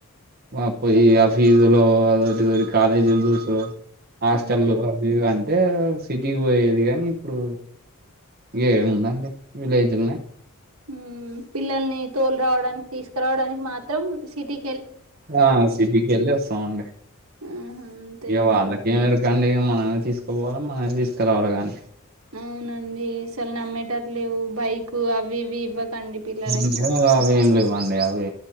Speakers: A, on the right; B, on the right.
A: వపో ఈ ఆ ఫీజులు అదోటి ఇదోటీ కాలేజీలు సో హాస్టల్లు
B: ఉమ్
A: అవి ఇవి అంటే సిటీకి పోయేది కాని ఇప్పుడు ఏముందండి విలేజీలనే
B: ఊ పిల్లల్ని తోలు రావడానికి తీసుకురావడానికి మాత్రం సిటీ
A: ఆ సిటీకి వెళ్ళి వస్తామండి
B: ఆహా అంతే
A: ఇక
B: ఇంగ
A: వాళ్ళకేమి ఎరుక కండి మనమే తీసుకుపోవాలి మనమే తీసుకురావాలి కదండి
B: అవునండి అసలు నమ్మేటటు లేవు బైకు అవి ఇవి ఇవ్వకండి పిల్లలకి
A: ఇయ్యో అవి ఏం లేవండి అవే